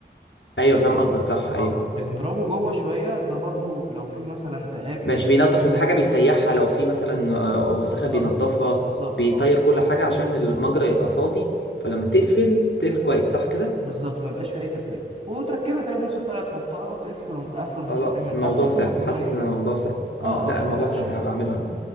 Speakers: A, on the left (about 80°); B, on the right (about 30°).
A: ايوه فاهم قصدك صح ايوه
B: اه بتضربه جوه شوية ده برضو لو في مثلا تآكل
A: ماشي
B: ما بين
A: بينظف
B: الحديد
A: لو في حاجه بيسيحها لو في مثلا آه، وسخه
B: بالظبط
A: بينظفها
B: بالظبط
A: بيطير
B: اه
A: كل حاجه عشان المجرى يبقى فاضي فلما تقفل تقفل كويس صح كده
B: بالظبط ما يبقاش في أي تسريب وتركبها تاني بنفس الطريقة تحطها وتقفل تقفل
A: خلاص
B: المسمارين من
A: الموضوع
B: تحت وتظبط
A: سهل
B: الدنيا
A: حاسس
B: يعني
A: ان الموضوع سهل
B: اه
A: اه لا
B: اه ما
A: الموضوع
B: تقلقش
A: سهل
B: يعني
A: هبقى اعمله انا